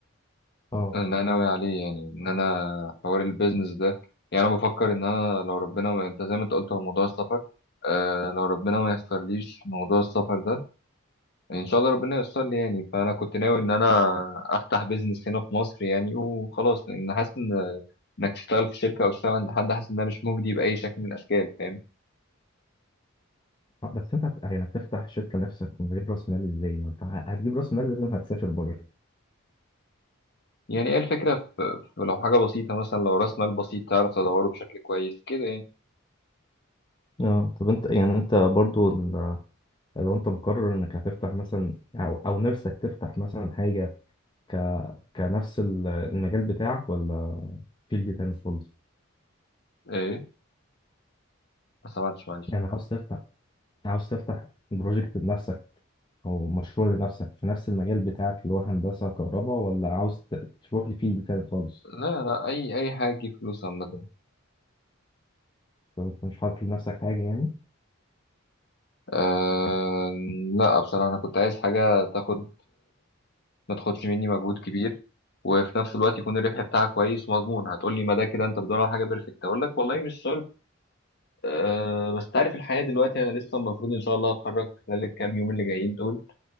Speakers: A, on the left (about 20°); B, on the left (about 50°).
A: أه
B: انا ناوي عليه يعني ان انا حوار البيزنس ده يعني انا بفكر ان انا لو ربنا ما انت زي ما انت قلت هو موضوع السفر آه لو ربنا ما يسرليش موضوع السفر ده ان شاء الله ربنا ييسر لي يعني فانا كنت ناوي ان انا افتح بيزنس هنا في مصر يعني وخلاص لان حاسس ان انك تشتغل في شركه او تشتغل عند حد حاسس ان ده مش مجدي باي شكل من الاشكال فاهم
A: آه، بس انت هت- يعني هتفتح شركه نفسك من غير راس مال ازاي؟ ما انت ه- هتجيب راس مال لازم هتسافر بره
B: يعني ايه الفكره في في لو حاجه بسيطه مثلا لو راس مال بسيط تعرف تدوره بشكل كويس كده يعني
A: اه طب انت يعني انت برضو ال- لو انت مقرر انك هتفتح مثلا او او نفسك تفتح مثلا حاجه ك كنفس ال- المجال بتاعك ولا فيلد تاني خالص
B: ايه ما سمعتش معلش
A: يعني عاوز تفتح عاوز تفتح بروجكت لنفسك او مشروع لنفسك في نفس المجال بتاعك اللي هو هندسه كهرباء ولا عاوز ت- تروح لفيلد تاني خالص
B: لا لا اي اي حاجه تجيب فلوس عامه
A: لو انت مش حاطط لنفسك حاجه يعني
B: أه لا بصراحة أنا كنت عايز حاجة تاخد ما تاخدش مني مجهود كبير وفي نفس الوقت يكون الربح بتاعها كويس ومضمون هتقولي ما ده كده أنت بتدور على حاجة بيرفكت أقول لك والله مش شرط أه بس تعرف الحياة دلوقتي أنا لسه المفروض إن شاء الله هتخرج خلال الكام يوم اللي جايين دول